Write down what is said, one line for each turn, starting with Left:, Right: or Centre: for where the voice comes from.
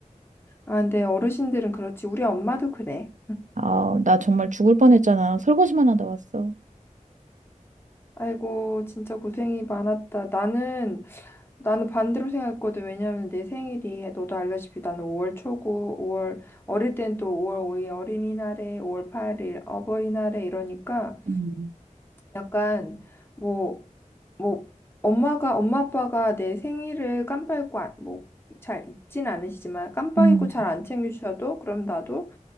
Left: 아, 근데 어르신들은 그렇지. 우리 엄마도 그래.
Right: 아, 나 정말 죽을 뻔했잖아. 설거지만 하다 왔어.
Left: 아이고, 진짜 고생이 많았다. 나는, 나는 반대로 생각했거든. 왜냐면 내 생일이, 너도 알다시피 나는 5월 초고, 5월, 어릴 땐 또 5월 5일 어린이날에, 5월 8일 어버이날에 이러니까
Right: 음.
Left: 약간 뭐 뭐 엄마가 엄마 아빠가 내 생일을 깜빡이고 뭐잘 잊진 않으시지만 깜빡이고
Right: 음.
Left: 잘 안 챙겨주셔도 그럼 나도